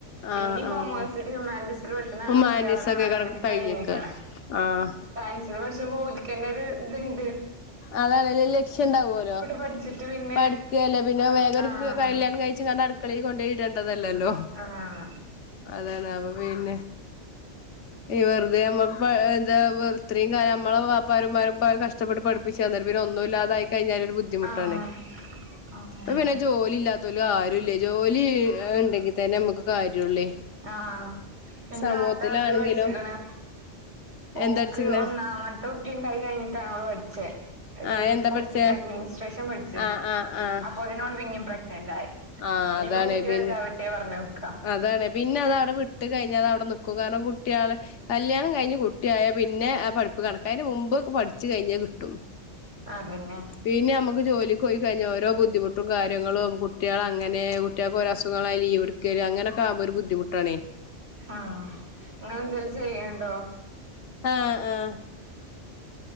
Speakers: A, on the right; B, on the left.
A: പിന്നിം
B: ആഹ് ആഹ്
A: കോമേഴ്സ് ഹ്യൂമാന്റിസ്സിൽ പഠിച്ണ
B: ഇപ്പൊ
A: കുട്ടികളതാണ്
B: മാൻഡീസൊക്കെ
A: അങ്ങനെ
B: കഴിഞ്ഞിക്ക
A: കഴിഞ്ഞിക്കണേ
B: ആഹ്
A: സൈൻസിൽ പഠിച്ച് ഓലിക്കന്നെത് ഇതുണ്ട്
B: അതാണല്ല ലക്ഷ്യം ഇണ്ടാവലോ
A: പഠിച്ചിട്ട് പിന്നെ
B: പടുക്കുകയല്ലേ പിന്നെ വേഗം ഒരു
A: ആഹ്
B: കല്യാണം കഴിച്ച കണ്ട് അടുക്കളയിൽ കൊണ്ടയി ഇടേണ്ടതല്ലല്ലോ
A: ആഹ്
B: അതന്നാ അപ്പൊ പിന്നെ ഈ വെറുതെ നമുക്ക് എന്താ വെത്രയും കം നമ്മളെ വാപ്പാരന്മാരും കഷ്ടപ്പെട്ട് പടിപ്പിക്ക പി ഒന്നും ഇല്ലാതായി കഴിഞ്ഞല് ഒരു ബുദ്ധിമുട്ടാണ്
A: ആഹ് അങ്ങനെ
B: പ്പം പിന്നെ ജോലി ഇല്ലാത്തലും ആരുംല്ലേ ജോലി ഉണ്ടെങ്കി തന്നെ നമുക്ക് കാര്യള്ളേ
A: ആഹ് പിന്റെ
B: സമൂഹത്തിലാണെങ്കിലും
A: താത്ത അത് പഠിച്ചിക്കണ് ഓക്ക്
B: എന്താ പഠിച്ചിക്കണേ
A: ഒന്നാമത്തെ കുട്ടി ഉണ്ടായി കഴിഞ്ഞിട്ടാണ് ഓള് പഠിച്ചേ അത്
B: ആഹ് എന്താ
A: ഹോസ്പിറ്റൽ
B: പഠിച്ചേ
A: അഡ്മിനിസ്ട്രേഷൻ പഠിച്ചു
B: ആഹ് ആഹ് ആഹ്
A: അപ്പൊ അതിനോട് പിന്നിം പ്രഗ്നറ് ആയി
B: ആഹ്
A: ഇനിയിപ്പ
B: അതാണ്
A: കുട്ടി
B: പിന്നെ
A: വല്തവിട്ടെ പറഞ് നിക്കാ
B: അതാണ് പിന്നെ അതവിടെ വിട്ട് കഴിഞ്ഞാ അത് അവിടെ നിക്കും കാരണം കുട്ടികൾ കല്യാണം കഴിഞ്ഞ് കുട്ടിയായ പിന്നെ ആ പഠിപ്പ് കണക്ക അയ്ന് മുമ്പ് പഠിച്ചു കഴിഞ്ഞാ കിട്ടും
A: അതന്നെ
B: പിന്നെ നമുക്ക് ജോലിക്ക് പോയി കഴിഞ്ഞാ ഓരോ ബുദ്ധിമു മും കാര്യങ്ങളും കുട്ടികളങ്ങനെ കുട്ടികൾക്ക് ഒരസുഖങ്ങളായി ലീവ് എടുക്ക അങ്ങനൊക്കെവുമ്പോ ഒരു ബുദ്ധിമുട്ടണേ
A: ആഹ് അങ്ങെന്തലും ചെയ്യണ്ടോ
B: ആഹ് ആഹ്